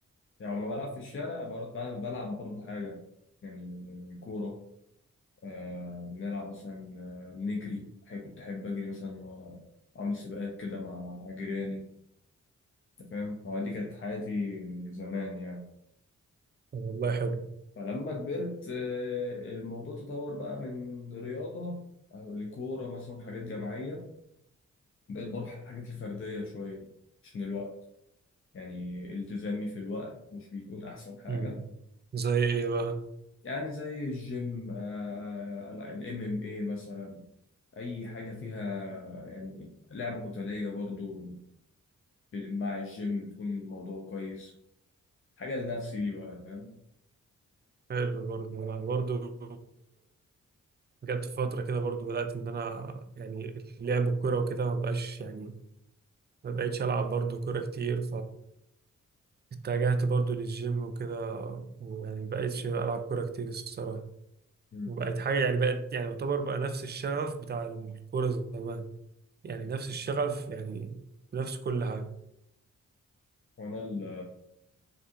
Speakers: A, on the left; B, on the right.
A: يعني لما بلعب في الشارع بر- بل- بلعب برضو حاجه يعني كوره آه بنلعب مثلا آه، بنجري أحيانا كنت احب اجري مثلا واعمل سباقات كده مع جيراني انت فاهم هو دي كانت حياتي زمان يعني
B: والله حلو
A: فلما كبرت آه، الموضوع تطور بقى من رياضه آه، لكوره مثلا حاجات جماعيه بقيت بروح الحاجات الفرديه شويه عشان الوقت يعني التزامي في الوقت مش بيكون أحسن حاجة
B: مم. زي ايه بقى
A: يعني زي الجيم آه الام ام اي مثلا أي حاجة فيها يعني لعبة قتالية برضو مع الجيم بتكون الموضوع كويس حاجة لنفسي دي بقى فاهم
B: حلو برضه انا برضه جت في فتره كده برضه بدات ان انا يعني لعب الكوره وكده ما بقاش يعني ما بقيتش العب برضه كوره كتير فاتجهت برضه للجيم وكده ويعني ما بقيتش العب كوره كتير الصراحه
A: مم.
B: وبقت حاجه يعني بقت يعني يعتبر بقى نفس الشغف بتاع الكوره زمان يعني نفس الشغف يعني نفس كل حاجه
A: وأنا ال-